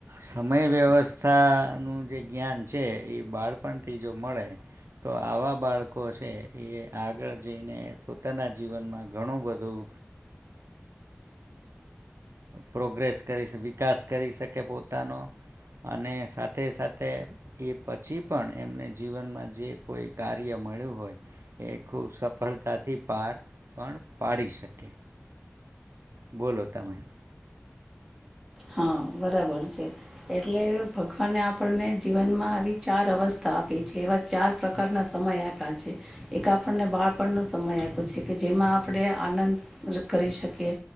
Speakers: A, on the right (about 75°); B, in the centre.
A: સમય વ્યવસ્થાનું જે જ્ઞાન છે એ બાળપણથી જો મળે, તો આવા બાળકો છે એ આગળ જઈને પોતાના જીવનમાં ઘણું બધું પ્રોગ્રેસ કરીશ. વિકાસ કરી શકે પોતાનો, અને સાથે સાથે એ પછી પણ એમને જીવનમાં જે કોઈ કાર્ય મળ્યું હોય, એ ખૂબ સફળતાથી પાર પણ પાડી શકે. બોલોલો તમે.
B: હા બરાબર છે, એટલે ભગવાને આપણને જીવનમાં આવી ચાર અવસ્થા આપી છે, એવા ચાર પ્રકારના સમય આપ્યા છે, એક આપણને બાળપણનો સમય આપ્યો છે કે જેમાં આપ આપણે આનંદ કરી શકીએ,